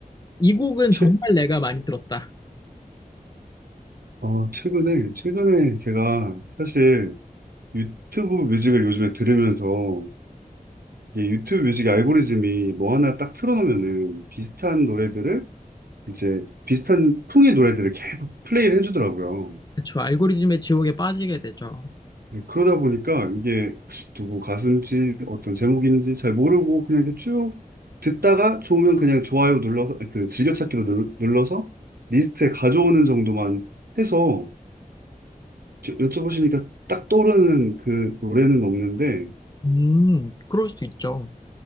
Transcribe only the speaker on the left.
이 곡은
정말 내가 많이 들었다.
그쵸. 알고리즘의 지옥에 빠지게 되죠.
음, 그럴 수 있죠.